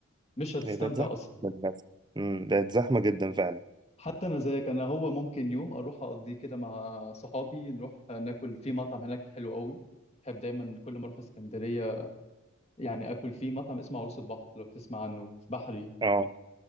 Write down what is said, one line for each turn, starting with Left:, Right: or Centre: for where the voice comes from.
Left: مش هتستمتع
Right: هي بقت زحمة
Left: اصلا
Right: جدا للأسف. أمم، بقت زحمة جدا فعلا
Left: حتى انا زيك انا هو ممكن يوم اروح اقضيه كده مع صحابي نروح آه، ناكل في مطعم هناك حلو قوي بحب دايما كل ما اروح اسكندرية يعني اكل في مطعم اسمه عروس البحر لو تسمع عنه في بحري
Right: اه